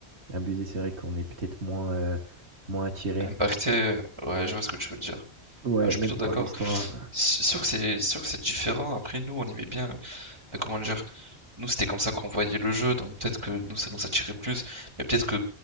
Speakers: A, on the right; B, on the right.
A: abusés, c'est vrai qu'on est peut-être moins, heu, moins attirés.
B: Impacté, ouais, je vois ce que tu veux dire.
A: Ouais,
B: Ah, je suis
A: même
B: plutôt d'accord.
A: par l'histoire.
B: C'est sûr que c'est sûr que c'est différent. Après, nous, on aimait bien. Enfin, comment dire? Nous, c'était comme ça qu'on voyait le jeu, donc peut-être que nous, ça nous attirait plus. Mais peut-être que